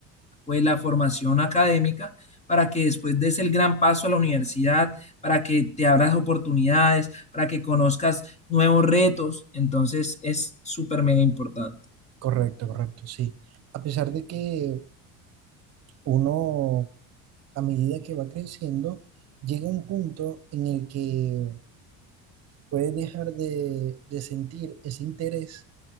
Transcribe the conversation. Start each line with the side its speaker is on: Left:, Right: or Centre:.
Left: pues la formación académica para que después des el gran paso a la universidad, para que te abras oportunidades, para que conozcas nuevos retos. Entonces es súper mega importante.
Right: correcto, correcto, sí. A pesar de que uno a medida que va creciendo, llega un punto en el que puedes dejar de, de sentir ese interés